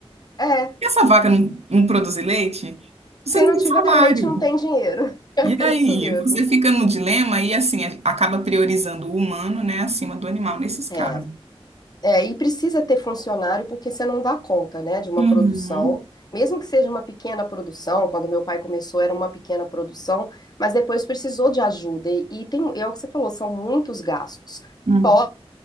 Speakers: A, on the left; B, on the right.
A: É.
B: E essa vaca não, não produzir leite? Você
A: Se
B: não
A: não
B: tem
A: tiver
B: salário.
A: leite, não tem dinheiro. <laughs>
B: E
A: É
B: aí,
A: isso mesmo.
B: você fica no dilema e assim acaba priorizando o humano, né, acima do animal nesses casos.
A: É. É, e precisa ter funcionário porque você não dá conta, né, de uma
B: Uhum,
A: produção, mesmo que seja uma pequena produção. Quando meu pai começou era uma pequena produção, mas depois precisou de ajuda e, e tem, é o que você falou, são muitos gastos.
B: uhum.
A: Fora